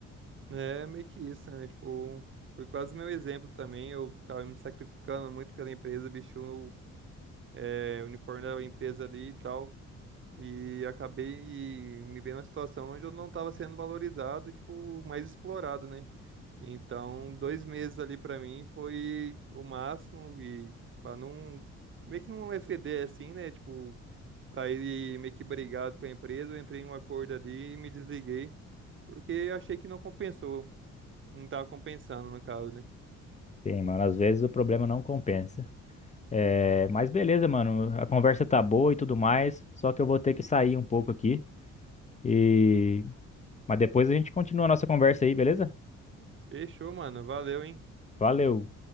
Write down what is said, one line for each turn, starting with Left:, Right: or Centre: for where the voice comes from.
Right: É meio que isso, né? Tipo, foi quase meu exemplo também. Eu tava me sacrificando muito pela empresa, vesti o é, uniforme da empresa ali e tal. E acabei me vendo na situação onde eu não tava sendo valorizado e, tipo, mais explorado, né? Então, dois meses ali pra mim foi o máximo e para não meio que não exceder assim, né? Tipo, sair meio que brigado com a empresa, eu entrei em um acordo ali e me desliguei, porque eu achei que não compensou, não tava compensando no caso, né?
Left: Sim, mano, às vezes o problema não compensa. É, mas beleza, mano, a conversa tá boa e tudo mais, só que eu vou ter que sair um pouco aqui e mas depois a gente continua a nossa conversa aí, beleza?
Right: Fechou, mano, valeu, hein?
Left: Valeu.